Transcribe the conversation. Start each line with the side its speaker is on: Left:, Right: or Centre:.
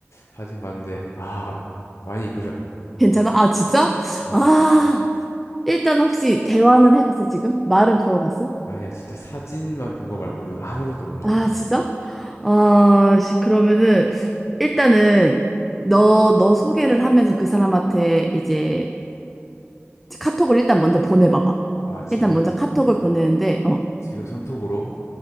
Left: 하진 봤는데 아 많이 이쁘셔
Centre: 괜찮아? 아, 진짜?
Left: 어
Centre: 아, 일단 혹시 대화는 해봤어, 지금? 말은 걸어봤어?
Left: 아니야 진짜 사진만 본거 말고는 아무것도 몰라
Centre: 아, 진짜? 아, 씨, 그러면은, 일단은, 너, 너 소개를 하면서 그 사람한테 이제 카톡을 일단 먼저 보내봐봐.
Left: 나아 지금
Centre: 일단 먼저 카톡을 보내는데, 어.
Left: 지금 선톡으로